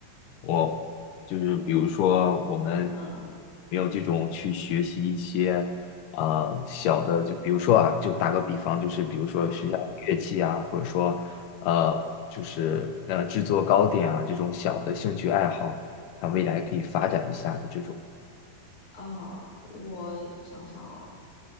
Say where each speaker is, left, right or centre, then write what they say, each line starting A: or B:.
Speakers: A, on the left; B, on the left.
A: 我就是比如说我们
B: 嗯
A: 没有这种去学习一些呃小的，就比如说啊，就打个比方，就是比如说学下乐器啊，
B: 嗯
A: 或者说呃就是呃制作糕点啊这种小的兴趣爱好，那未来可以发展一下的这种，
B: 啊，我想想哦